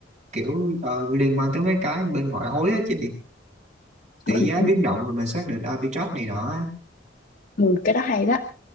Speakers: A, on the right; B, on the left.
A: kiểu ờ, liên quan tới mấy cái bên ngoại hối á chị tỷ
B: ừ,
A: giá
B: ừ.
A: biến động rồi mình xác định arbitrage này nọ á.
B: Ừ, cái đó hay đó.